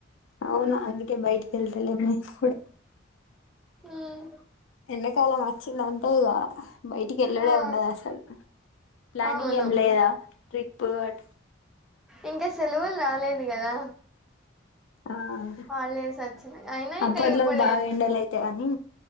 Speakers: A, on the left; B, in the centre.
A: అవును అందుకే బయటికి వెళ్తల మ కూడా
B: ఉమ్,
A: ఎండాకాలం వచ్చిందంతా ఇక బయటికి వెల్లడే
B: ఆ
A: ఉండదు అసలు ప్లానింగ్
B: అవును
A: ఏం లేదా ట్రిప్పు అటు
B: ఇకా సలవులు రాలేదు కదా
A: అ అ
B: హాలిడేస్ వచ్చినాయి అయినా ఇటు
A: అప్పట్లో
B: ఇప్పుడే
A: బాగా ఎండలు అయితే కానీ